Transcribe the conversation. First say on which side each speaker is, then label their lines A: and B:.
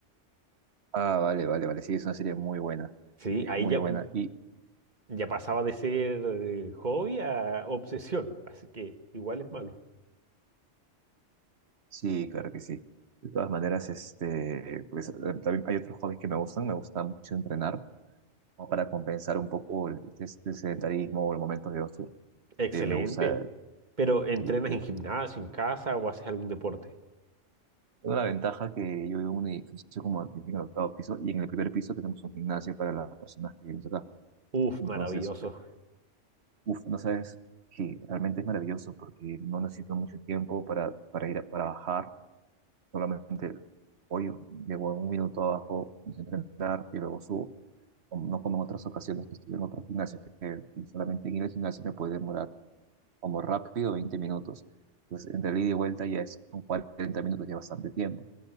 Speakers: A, on the right (about 60°); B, on the right (about 40°).
A: Ah, vale, vale, vale. Sí, es una serie muy buena.
B: Sí,
A: Es
B: ahí
A: muy
B: ya,
A: buena. Y
B: ya pasaba de ser eh, hobby a obsesión, así que igual es malo.
A: sí, claro que sí. De todas maneras, este, pues, eh, también hay otros hobbies que me gustan. Me gusta mucho entrenar como para compensar un poco el, este- el sedentarismo o los momentos de ocio
B: Excelente,
A: que me gusta.
B: pero ¿entrenas
A: Y,
B: en
A: eh,
B: gimnasio, en casa o haces algún deporte?
A: Tengo la ventaja que yo vivo en un edificio como te dije, en el octavo piso y en el primer piso tenemos un gimnasio para las personas que vivimos acá.
B: Uf,
A: Entonces,
B: maravilloso.
A: Uf, no sabes, sí, realmente es maravilloso porque no necesito mucho tiempo para, para ir a, para bajar. Solamente hoy llevo un minuto abajo, empiezo a entrenar y luego subo. O No como en otras ocasiones que estuve en otros gimnasios, que que solamente en ir al gimnasio me puede demorar como rápido 20 minutos. Entonces, entre el ida y vuelta ya es con 40 minutos, ya bastante tiempo.